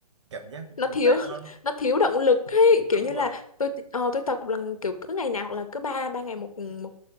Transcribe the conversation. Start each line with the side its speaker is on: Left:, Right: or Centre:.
Right: Cảm giác
Left: nó thiếu
Right: đấy
Left: <laughs>
Right: nó
Left: nó thiếu động lực ấy kiểu
Right: đúng
Left: như là
Right: rồi.
Left: tôi ờ, tôi tập lần kiểu cứ ngày nào hoặc là cứ ba ba ngày một một